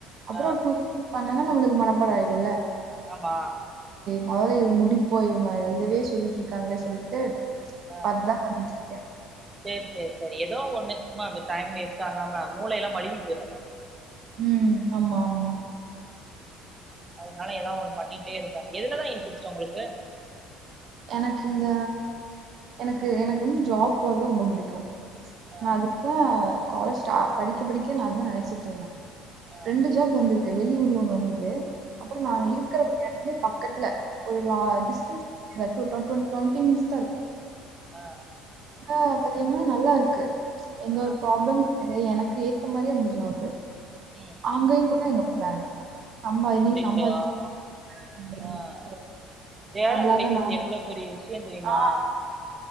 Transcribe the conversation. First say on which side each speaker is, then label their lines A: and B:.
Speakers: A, on the right; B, on the right.
A: அப்புறம்
B: ஆ
A: டூ பண்ணனா நம்மளுக்கு மணப்பாட ஆயிருல்ல
B: ஆமா
A: முதல்ல இது முடிப்போ இவங்க இதவே சொல்லிட்டு இருக்காங்களே சொல்ட்டு
B: ஆ
A: பாத்துட்டுதான் பண்ணிட்டு இருக்கே
B: சேரி சேரி சேரி ஏதோ ஒண்ணுச்சும்மா அது டைம் வேஸ்ட் ஆகாம மூளை எல்லாம் மழுங்கி போயிரும்
A: ம் ஆமா ஆமா
B: அதனால ஏதாவது ஒண்ணு பண்ணிட்டே இருந்தா எதுலதா இன்ட்ரெஸ்ட் உங்களுக்கு
A: எனக்கு இந்த எனக்கு எனக்கு வந்து ஜாப் போறது ரொம்ப புடிக்கும்
B: ஆ
A: அதுக்குதான் காலேஜ் படிக்க படிக்க நான் அதான் நினைச்சிட்டு இருந்தே
B: ஆ
A: ரெண்டு ஜாப் வந்தது வெளியூர்ல ஒண்ணு வந்தது அப்புறம் நாங்க
B: ஆ
A: இருக்கிற இடத்துலயே பக்கத்துல ஒரு ல
B: ஆ
A: டிஸ்டன்ஸ் <unintelligible> டுவென்டி மினிடஸ் தான் இருக்கு
B: ஆ
A: ஆ பாத்தீங்கன்னா நல்லா இருக்கு எந்த
B: ஆ
A: ஒரு ப்ராப்ளம் அதே எனக்கு ஏத்த மாரி அந்த ஜாப்
B: ம்
A: அங்கயும் கூட எங்கப்பா வேண்டாம்ட்டாங்க சம்பாதி
B: ஐயையோ
A: நீ சம்பாதிச்சு <unintelligible>
B: ஆ வேல
A: நல்லாதான்
B: கிடைக்கிறது
A: நான்
B: எவ்வளவு பெரிய விஷயம் தெரியுமா
A: ஆஹ்